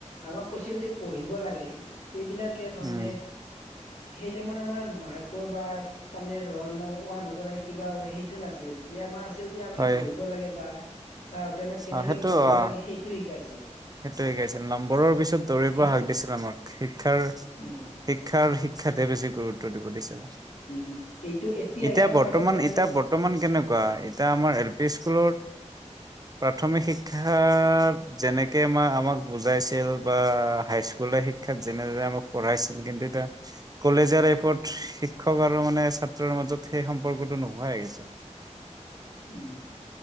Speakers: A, on the left; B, on the right.
A: আমাক কৈছিল যে পঢ়িব লাগে। এইবিলাকে তাৰমানে
B: উম
A: সেই টাইমত আমাৰ মাৰ্কৰ বা তাৰমানে ৰল নং ওৱান হ'ব লাগে কিবা হ'বা লাগে সেইটো নাছিল, যে আমাৰ যে আমি
B: হয়
A: পঢ়িব লাগে বা চাৰহতে কেনেকে
B: অ সেইটো
A: পঢ়িব
B: অ
A: লাগে সেইটো শিকাইছে।
B: সেইটো শিকাইছিল নম্বৰৰ পিছত দৌৰিব
A: সেই
B: হাক দিছিল আমাক, শিক্ষাৰ
A: উম
B: শিক্ষাৰ শিক্ষাতহে বেছি গুৰুত্ব দিব দিছিল।
A: উম এইটো এতিয়াহে
B: এতিয়া
A: আমাৰ
B: বৰ্তমান
A: তাৰমানে
B: এতিয়া
A: আমি
B: বৰ্তমান কেনেকুৱা এতিয়া আমাৰ এল পি স্কুলৰ প্ৰাথমিক শিক্ষা যেনেক কে আমাক বুজাইছিল বা হাইস্কুল শিক্ষাত যেনে দৰে আমাক পঢ়াইছিল, কিন্তু এতিয়া কলেজৰ লাইফত শিক্ষক আৰু মানে ছাত্ৰৰ মাজত সেই সম্পৰ্কটো নোহোৱাই হৈ গেছে।
A: উম